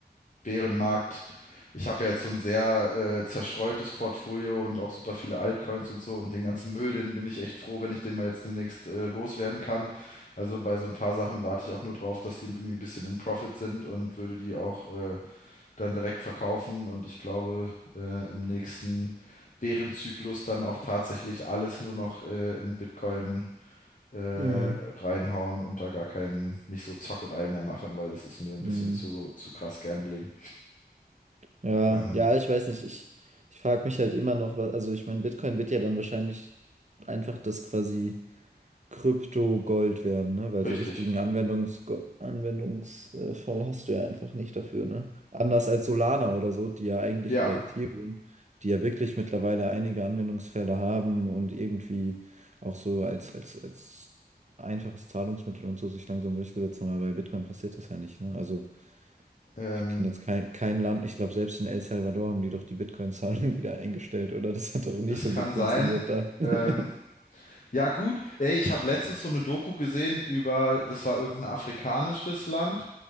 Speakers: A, on the left; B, on the right.
A: Bärenmarkt. Ich habe ja jetzt so ein sehr äh, zerstreutes Portfolio und auch super viele Altcoins und so und den ganzen Müll, den bin ich echt froh, wenn ich den mal jetzt demnächst äh, loswerden kann. Also bei so ein paar Sachen warte ich auch nur drauf, dass die irgendwie ein bisschen im Profit sind und würde die auch äh, dann direkt verkaufen und ich glaube äh, im nächsten Bärenzyklus dann auch tatsächlich alles nur noch äh, in Bitcoin äh, reinhauen
B: Mm,
A: und da gar keinen, nicht so Zockerei mehr machen, weil das ist mir ein
B: mm.
A: bisschen zu, zu krass Gambling.
B: Ja,
A: Ähm,
B: ja, ich weiß nicht. Ich, ich frage mich halt immer noch, was, also ich meine, Bitcoin wird ja dann wahrscheinlich einfach das quasi. Krypto Gold werden, ne? Weil
A: Richtig.
B: so richtigen Anwendungs Anwendungsfall hast du ja einfach nicht dafür, ne? Anders als Solana oder so, die ja eigentlich,
A: Ja,
B: oder Ethereum, die ja wirklich mittlerweile einige Anwendungsfälle haben und irgendwie auch so als, als, als einfaches Zahlungsmittel und so sich langsam durchgesetzt haben, aber bei Bitcoin passiert das ja nicht, ne? Also
A: ähm,
B: ich kenne jetzt kein, kein Land, ich glaube, selbst in El Salvador haben die doch die Bitcoin-Zahlung <laughs> wieder eingestellt, oder? Das hat doch nicht
A: das
B: so
A: kann
B: gut funktioniert
A: sein.
B: da. <laughs>
A: Ähm, ja, gut. Ey, ich habe letztens so eine Doku gesehen über, das war irgendein afrikanisches Land,